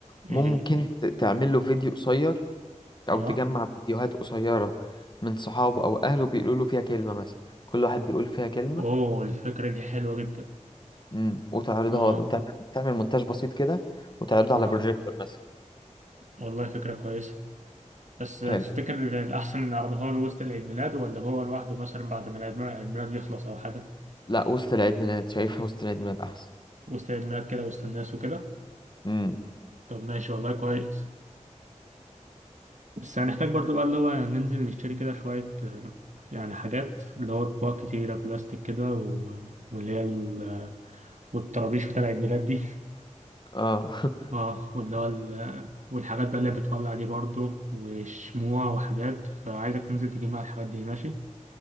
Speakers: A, on the left; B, on the right.
A: ممكن
B: إيه هي؟
A: ت- تعمل له فيديو قصير أو
B: أه
A: تجمع فيديوهات قصيرة من صحابه أو أهله بيقولوا له فيها كلمة مثلا كل واحد بيقول فيها كلمة
B: أوه الفكرة دي حلوة جدا
A: مم. وتعرضها
B: أه
A: له وتعمل تعمل مونتاج بسيط كده وتعرضه
B: أه
A: على بروجيكتور مثلا
B: والله فكرة كويسة بس تفتكر
A: حلو
B: الأحسن إن أعرضها له وسط العيد ميلاد ولا هو لوحده مثلا بعد ما العيد ميلاد يخلص أو حاجة؟
A: لا وسط العيد ميلاد شايفها وسط العيد ميلاد احسن
B: وسط عيد ميلاد كده وسط الناس وكده
A: امم
B: طب ماشي والله كويس بس هنحتاج برضو بقى اللي هو ننزل نشتري كده شوية آه، يعني حاجات اللي هو أطباق كتيرة بلاستيك كده و... واللي هي ال... والطرابيش بتاع عيد ميلاد دي <laughs>
A: اه <laughs>
B: اه واللي هو ال... والحاجات بقى اللي بتولع دي برضو وشموع وحاجات فعايزك تنزل تجيب معايا الحاجات دي ماشي